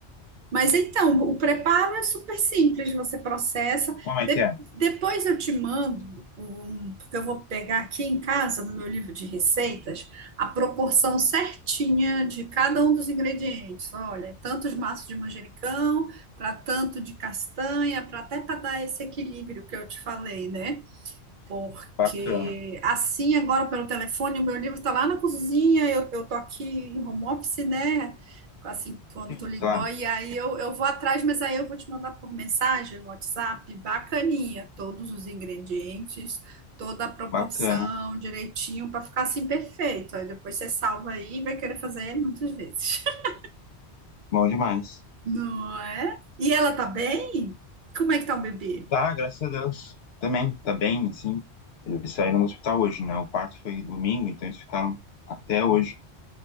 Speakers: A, on the right (about 55°); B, on the left (about 70°).
A: Mas então, o preparo é super simples, você processa.
B: Como é
A: De-
B: que é?
A: depois eu te mando um, porque eu vou pegar aqui em casa, no meu livro de receitas, a proporção certinha de cada um dos ingredientes. Olha, tantos maços de manjericão, para tanto de castanha, para até para dar esse equilíbrio que eu te falei, né? Porque
B: Bacana.
A: assim, agora pelo telefone, o meu livro está lá na cozinha, eu, eu tô aqui em home office, né? Assim, quando
B: Sim,
A: tu ligou,
B: claro,
A: e aí eu, eu vou atrás, mas aí eu vou te mandar por mensagem no WhatsApp, bacaninha, todos os ingredientes, toda a proporção,
B: bacana.
A: direitinho, para ficar assim perfeito. Aí depois você salva aí e vai querer fazer muitas vezes. <laughs>
B: Bom demais.
A: Não é? E ela tá bem? Como é que tá o bebê?
B: Tá, graças a Deus. Também, tá bem, assim. Eles saíram do hospital hoje, né? O parto foi domingo, então eles ficaram até hoje